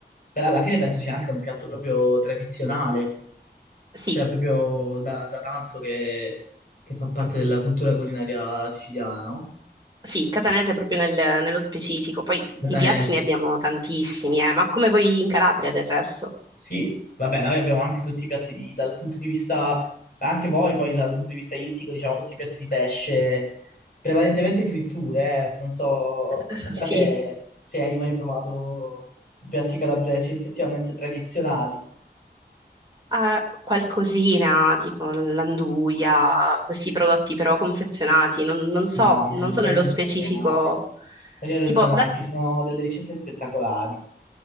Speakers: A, on the left; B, on the right.
A: però alla fine penso sia anche un piatto proprio tradizionale.
B: Sì,
A: Cioè, proprio da, da tanto che, che fa parte della cultura culinaria siciliana, no?
B: Sì, catanese proprio nel- nello specifico, poi di
A: Danese.
B: piatti ne abbiamo tantissimi, eh, ma come voi in Calabria del resto?
A: Sì, va bene, noi abbiamo anche tutti i piatti di, dal punto di vista, anche voi poi dal punto di vista ittico, diciamo, tutti i piatti di pesce, prevalentemente fritture, eh. Non so,
B: <laughs>
A: non so
B: Sì,
A: se, se hai mai provato piatti calabresi effettivamente tradizionali.
B: eh, qualcosina tipo l'anduia, questi prodotti però confezionati, non, non so,
A: No, eh,
B: non
A: ma
B: so
A: quelli
B: nello
A: non
B: specifico,
A: rendono mai. Quelli non rendono
B: tipo,
A: mai,
B: da-
A: ci sono delle ricette spettacolari.